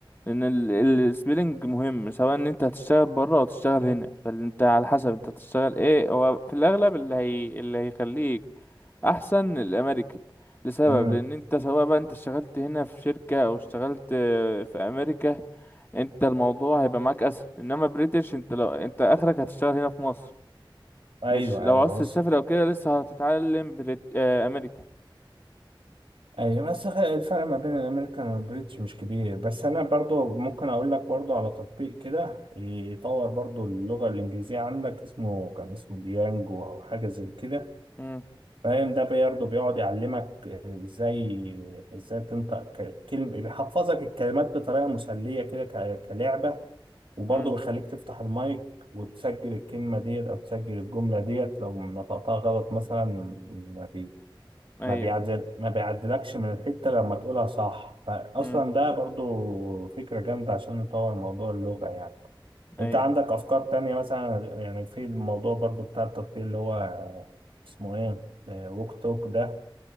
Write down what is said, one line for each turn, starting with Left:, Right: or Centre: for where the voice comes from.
Left: لان ال- السبيلنج مهم سواء ان انت هتشتغل بره او تشتغل هنا فانت على حسب انت هتشتغل ايه هو في الاغلب اللي هي اللي هيخليك احسن الامريكان لسبب
Right: امم
Left: لان انت سواء بقى انت اشتغلت هنا في شركة او اشتغلت آه، في امريكا انت الموضوع هيبقى معاك اسهل انما بريتش انت لو انت اخرك هتشتغل هنا في مصر
Right: ايوه
Left: مش لو
Right: ايوه
Left: عاوز
Right: وصل
Left: تسافر او كده لسه هتتعلم بريت آه، امريكا
Right: ايوه بس خ- الفرق ما بين الامريكان والبريتش مش كبير بس انا برضو ممكن اقول لك برضو على تطبيق كده يطور برضو اللغه الانجليزيه عندك اسمه كان اسمه ديانجو او حاجه زي كده
Left: امم
Right: فاهم ده برضو بيقعد يعلمك ازاي ازاي تنطق ك- كلمه بيحفظك الكلمات بطريقه مسليه كده ك- كلعبه وبرضو
Left: امم
Right: بيخليك تفتح المايك وتسجل الكلمه ديت او تسجل الجمله ديت لو نطقتها غلط مثلا ما
Left: ايوه
Right: ما بيعدل ما بيعدلكش من الحتة لما تقولها صح فأصلا
Left: امم
Right: ده برضو فكرة جامدة عشان نطور موضوع اللغة يعني
Left: ايوه
Right: أنت عندك أفكار تانية مثلا يعني في الموضوع برضو بتاع التطبيق اللي هو اسمه إيه ووك توك ده